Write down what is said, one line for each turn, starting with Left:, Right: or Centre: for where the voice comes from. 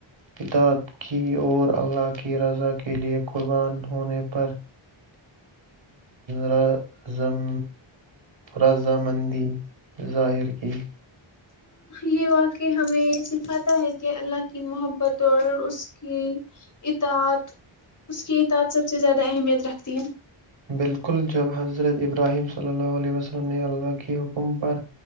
Right: کتاب کی اور اللہ کی رضا کے لیئے قربان ہونے پر رضم رضامندی ظاہر کی
Left: یہ واقع ہمیں سکھاتا ہے کہ اللہ کی محبت اور اس کی اتا اس کی اتاد سب سے زیادہ اہمیت رکھتی ہے
Right: بالکل جب حضرت ابراہیم صلی اللہ علیہ وسلم نے اللہ کی حکم پر